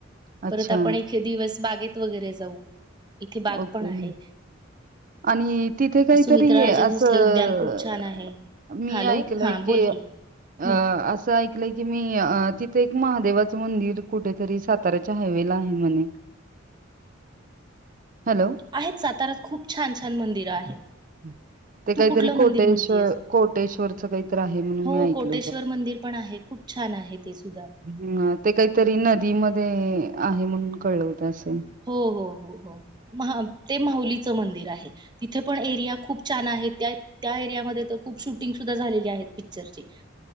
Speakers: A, on the right; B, on the right.
A: अच्छा
B: परत आपण एके दिवस बागेत वगैरे जाऊ इथे बाग
A: ओके
B: पण आहे
A: आणि तिथे काहीतरी
B: सुमित्राराजे
A: असं
B: भोसले उद्यान खूप छान आहे
A: मी
B: हॅलो
A: ऐकलय
B: हा
A: की
B: बोल
A: अ
B: हम्म
A: असं ऐक की मी तिथे एक महादेवाच मंदिर कुठेतरी साताऱ्याच्या हायवे ला आहे म्हणे हॅलो
B: आहेत सातारऱ्यात खूप छान- छान मंदिरं आहेत.
A: हम् ते
B: तू
A: काहीतरी
B: कुठलं मंदिर
A: कोटेश्
B: म्हणतीयस
A: कोटेश्वरच काहीत आहे म्हणून
B: हो
A: मी ऐकल
B: कोटेश्वर मंदिर पण आहे. खूप छान आहे ते सुद्धा
A: हम् ते काहीतरी नदीमध्ये आहे म्हणून कळवत असं
B: हो हो हो हो म ते माहुलीचं मंदिर आहे तिथे पण एरिया खूप छान आहे त्या त्या एरियामध्ये तर खूप शूटिंग सुद्धा झालेली आहेत पिक्चरची